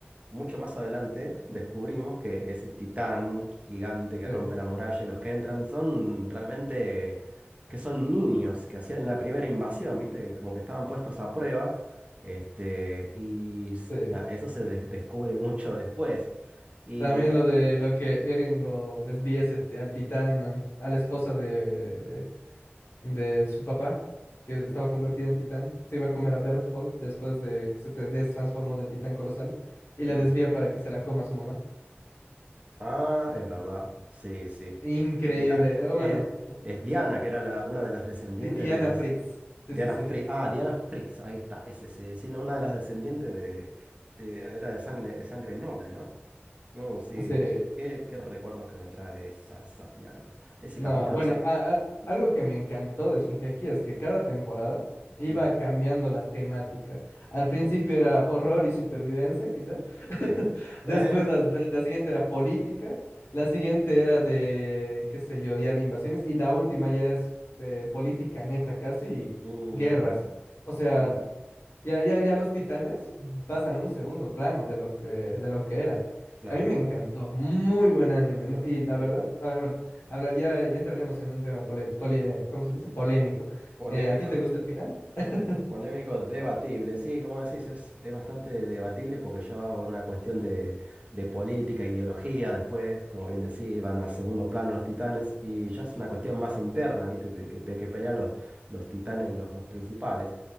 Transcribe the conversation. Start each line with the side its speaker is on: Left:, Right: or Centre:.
Right: Mucho más adelante descubrimos que ese titán gigante que
Left: Sí,
Right: rompe la muralla y los que entran son realmente que son niños que hacían la primera invasión, ¿viste? Que como que estaban puestos a prueba. Este, y s-
Left: sí.
Right: nada, eso se des- descubre mucho después. Y
Left: También
Right: la-
Left: lo de lo que Eren lo desvía ese ti- al titán, an- a la esposa de, de su papá, que estaba convertida en titán. Se iba a comer a Berthold después de que se te- destransformó del titán colosal. Y la
Right: Ujú.
Left: desvía para que se la coma su mamá.
Right: Ah, es verdad. Sí, sí.
Left: Increíble.
Right: Que El titán es,
Left: eh, Bueno,
Right: es- es Diana, que era la- una de las descendientes
Left: Di- Diana
Right: de las
Left: Fritz. Sí,
Right: Diana
Left: sí, sí.
Right: Fritz. Ah, Diana Fritz, ahí está, ese sí, sí, no, una de las descendientes de, de- era de sangre, de sangre noble, ¿no? No, sí,
Left: Sí.
Right: qué, qué- qué recuerdos que me trae esa, esa Diana. bueno, Ese
Left: No,
Right: capítulo
Left: bueno,
Right: se...
Left: a- a-
Right: Sí.
Left: algo que me encantó de Shingeki es que cada temporada iba
Right: ujú,
Left: cambiando la temática. Al principio
Right: mm,
Left: era horror y supervivencia, quizá. <laughs>
Right: sí.
Left: Después
Right: <laughs>
Left: la, la- la siguiente era política. La siguiente era de, qué sé yo, día de invasiones. Y la última ya es eh, política neta, casi, y
Right: Mm,
Left: guerras. O sea,
Right: mm,
Left: ya, ya, ya los titanes pasan a un segundo plano de lo que, de lo que eran.
Right: claro,
Left: A mí me
Right: claro.
Left: encantó, muy buen anime, ¿no? Y la
Right: Sí.
Left: verdad, a ver, bueno, hablar, ya, ya entraremos en un tema pole- poli- eh, ¿cómo se dice? Polémico.
Right: Polémico
Left: Eh, ¿a ti te gusta el final? <laughs>
Right: Polémico, debatible, sí, como decís, es, es bastante debatible porque ya va por una cuestión de, de política, ideología, después, como bien decís, van a segundo plano los titanes y ya es una cuestión más interna, ¿viste? De que, de que pelean los, los titanes, los, los principales.